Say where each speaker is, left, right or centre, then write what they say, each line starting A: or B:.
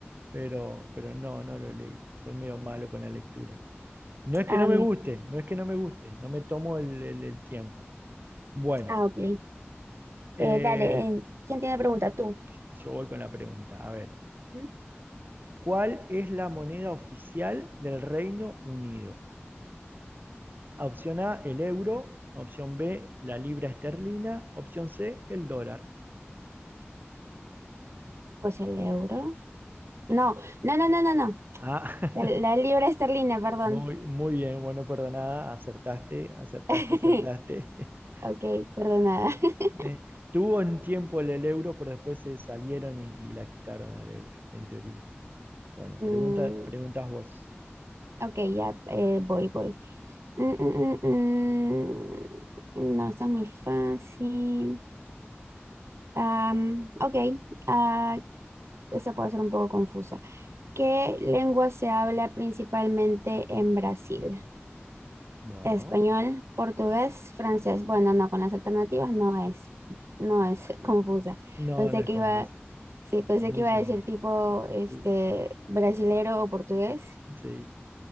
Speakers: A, on the right (about 50°); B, on the right (about 85°).
A: pero, pero no, no lo leí. Soy medio malo con la lectura. No es que
B: Ah,
A: no me
B: mira.
A: guste, no es que no me guste, no me tomo el, el- el tiempo. Bueno,
B: Ah, ok.
A: eh,
B: Eh, dale, eh, ¿quién tiene pregunta? ¿Tú?
A: Yo voy con la pregunta. A ver,
B: ¿Mm?
A: ¿cuál es la moneda oficial del Reino Unido? Opción A, el euro. Opción B, la libra esterlina. Opción C, el dólar.
B: Pues el euro. No, no, no, no, no, no.
A: Ah, <laughs>
B: La, la libra esterlina, perdón.
A: muy, muy bien, bueno, perdonada, acertaste, acertaste,
B: <laughs>
A: acertaste. <laughs>
B: Ok, perdonada. <laughs>
A: Eh, tuvo un tiempo el, el euro, pero después se salieron y, y la quitaron al euro, en teoría. Bueno,
B: Mm,
A: pregunta, preguntas vos.
B: ok, ya eh, voy, voy. Mm, mm, mm, mm, No, está muy fácil. Am, ok, ah, esa puede ser un poco confusa. ¿Qué lengua se habla principalmente en Brasil?
A: Bueno,
B: Español, portugués, francés. Bueno, no, con las alternativas no es, no es <laughs> confusa.
A: no,
B: Pensé
A: no es
B: que
A: confusa,
B: iba, sí, pensé
A: es muy
B: que iba
A: sencillo.
B: a decir tipo, este,
A: Sí,
B: brasilero o portugués.
A: sí.